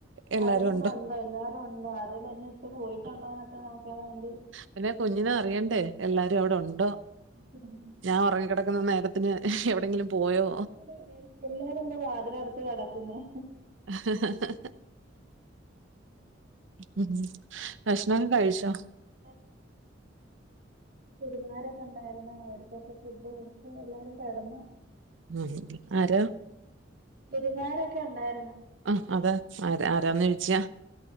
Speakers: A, on the right; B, on the right.
A: എല്ലാരും
B: ആരെങ്കിലും
A: ഉണ്ട്
B: ഉണ്ടോ എല്ലാരും ഉണ്ടോ ആരെലും എന്നെ ഇട്ട് പോയിട്ടുണ്ടോ ന്നൊക്കെ നോക്കാ വേണ്ടി
A: പിന്നെ കുഞ്ഞിന് അറിയേണ്ടേ എല്ലാരും അവടെ ഉണ്ടോ
B: <unintelligible>
A: ഞാ ഒറങ്ങികെടക്ക്ന്ന നേരത്തിന് എവിടെങ്കിലും പോയോ
B: <unintelligible> എല്ലാരും എന്താ വാതിലടച്ച് കെടക്കുന്നേ
A: ഹ ഹ ഉം ഭക്ഷണഒക്കകഴിച്ചൊ
B: <inaudible> വിരുന്നാരൊക്കെ ഇണ്ടാരുന്നു അവർക്കൊക്കെ ഫുഡ് കൊടുത്ത് എല്ലാരും കെടന്നു
A: ഉം ആരോ
B: വിരുന്നാരൊക്കെ ഉണ്ടായിരു.
A: ആ അതെ ആ ആരാന്ന് ചോയ്ച്യ